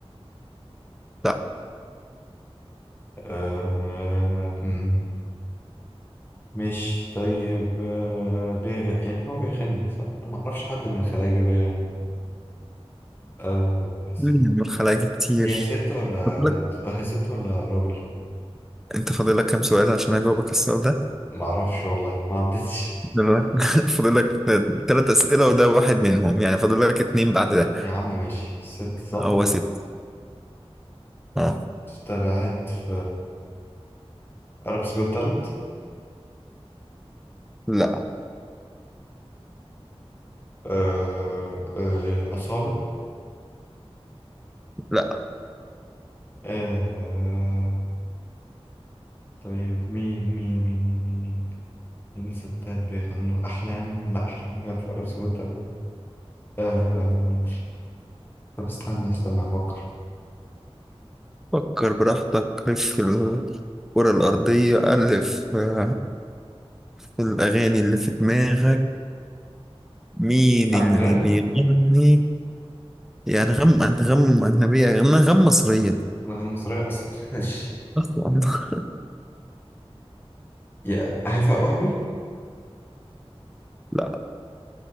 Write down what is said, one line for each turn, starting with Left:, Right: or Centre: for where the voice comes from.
Centre: لا
Left: آه... مم، مش طيب آه... بيغ... يعني هو بيغني صح؟ أنا ما أعرفش حد من الخلايجة بيغني آه... حسين
Centre: من الخلايا كتير
Left: هي ست ولا
Centre: فاضل
Left: بنت
Centre: لك-
Left: آه، هي ست ولا راجل
Centre: أنت فاضل لك كام سؤال عشان أجاوبك السؤال ده
Left: ما اعرفش والله ما عدتش
Centre: فاضل لك فاضل لك <laughs> تلات أسئلة وده واحد منهم يعني فاضل لك اتنين بعد ده
Left: يا عم ماشي ست صح
Centre: هو ست أه
Left: طلعت في Arabs Got Talent
Centre: لا
Left: آه، آه، أصالة
Centre: لا
Left: آه، طيب مين مين مين مين مين مين مين ستات بيغنوا أحلام لا أحلام غير في Arabs Got Talent آه، آه، طب استنى استنى أفكر
Centre: فكر براحتك لف في الكرة الأرضية ألف آه، في الأغاني اللي في دماغك مين
Left: أنغام
Centre: اللي بيغني يا أنغام أنغام أجنبية يا أنغام مصرية
Left: أنغام مصرية أصلا <laughs> ماشي
Centre: أصلا <laughs>
Left: يا هيفاء وهبي
Centre: لا